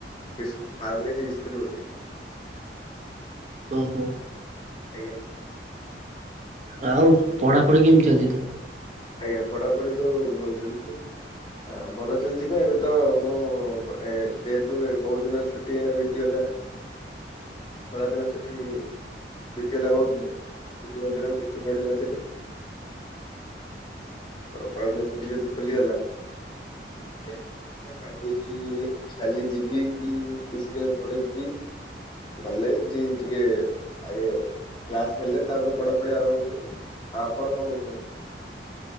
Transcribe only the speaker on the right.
ଓହୋ।
ଆଉ ପଢାପଢି କେମିତି ଚାଲିଚ ତ?